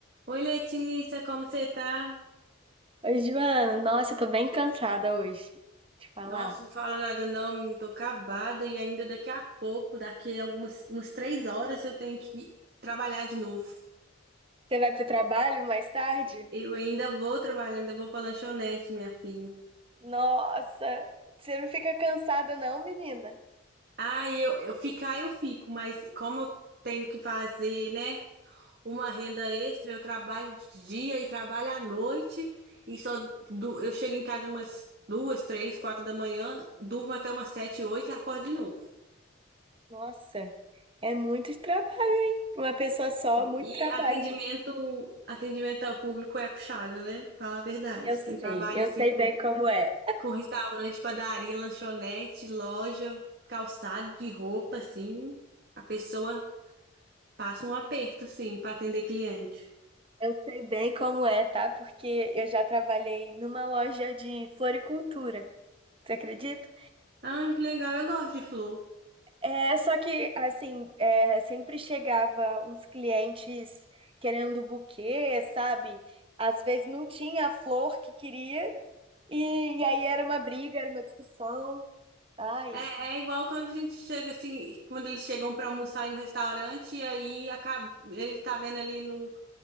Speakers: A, on the right; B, on the right.
A: Oi, Letícia, como você tá?
B: Oi, Joana. Nossa, eu tô bem cansada hoje de falar.
A: Nossa, não fala nada não, menina, tô acabada e ainda daqui a pouco, daqui a algumas umas três horas eu tenho que trabalhar de novo.
B: Você vai pro trabalho mais tarde?
A: E- Eu ainda vou trabalhar, ainda vou pra lanchonete, minha filha.
B: Nossa, você não fica cansada não, menina?
A: Ah, eu, eu ficar eu fico, mas como eu tenho que fazer, né, uma renda extra, eu trabalho de dia e trabalho à noite e só du- eu chego em casa umas duas, três, quatro da manhã, durmo até umas sete, oito e acordo de novo.
B: Nossa, é muito trabalho, hein? Pra Uma pessoa só, muito
A: E
B: trabalho.
A: atendimento, atendimento ao público é puxado, né? Fala a verdade.
B: Eu sei,
A: Quem trabalha
B: eu
A: assim
B: sei
A: com,
B: bem como é.
A: com restaurante, padaria, lanchonete, loja, calçado de roupa, assim, a pessoa passa um aperto, assim, para atender cliente.
B: Eu sei bem como é, tá? Porque eu já trabalhei numa loja de floricultura. Você acredita?
A: Ai, que legal, eu gosto de flor.
B: É, só que, assim, é, sempre chegava uns clientes querendo buquê, sabe? Às vezes não tinha a flor que queria, e, e aí era uma briga, era uma discussão. Ai,
A: É, é igual quando a gente chega assim, quando eles chegam para almoçar em um restaurante e aí acaba, ele tá vendo ali no,